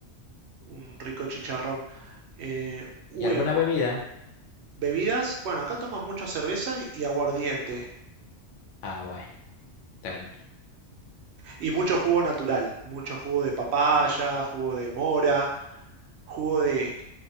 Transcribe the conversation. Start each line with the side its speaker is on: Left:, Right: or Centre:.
Right: un rico chicharrón. Eh, uy,
Left: ¿Y alguna
Right: o-
Left: bebida?
Right: bebidas. Bueno, acá toman mucho cerveza y y aguardiente.
Left: Ah, bueno, terrible.
Right: Y mucho jugo natural. Mucho jugo de papaya, jugo de mora, jugo de